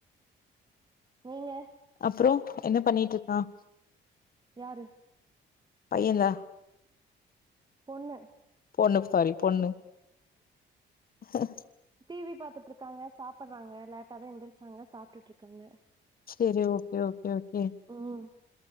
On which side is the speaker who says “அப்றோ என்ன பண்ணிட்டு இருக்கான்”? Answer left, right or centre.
Left